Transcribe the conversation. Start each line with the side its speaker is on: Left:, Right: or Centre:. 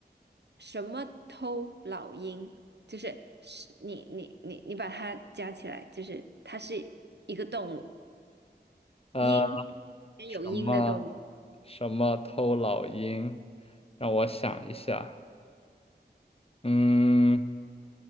Right: 什么偷老鹰，就是是你你你你把它加起来，就是它是一个动物，
Left: 呃，
Right: 鹰，也有鹰的动物。
Left: 什么什么偷老鹰？让我想一下，嗯，